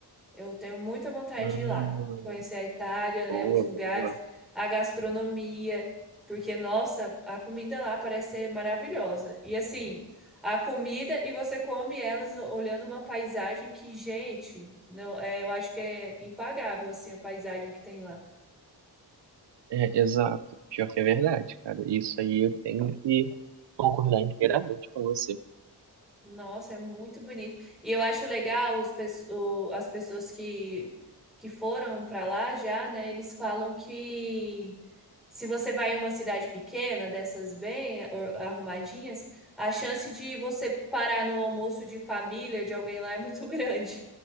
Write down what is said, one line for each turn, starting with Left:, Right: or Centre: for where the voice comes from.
Centre: Eu tenho muita vontade
Right: Hum,
Centre: de ir lá, conhecer a Itália,
Right: boa,
Centre: né, os lugares,
Right: boa.
Centre: a gastronomia, porque, nossa, a comida lá parece ser maravilhosa. E assim, a comida e você come elas olhando uma paisagem que, gente, não, é, eu acho que é impagável assim a paisagem que tem lá.
Right: É, exato. Pior que é verdade, cara. Isso aí eu tenho que concordar inteiramente com você.
Centre: Nossa, é muito bonito. E eu acho legal os, pes- o- as pessoas que, que foram para lá já, né? Eles falam que se você vai em uma cidade pequena, dessas bem or- arrumadinhas, a chance de você parar num almoço de família de alguém lá é muito <laughs> grande.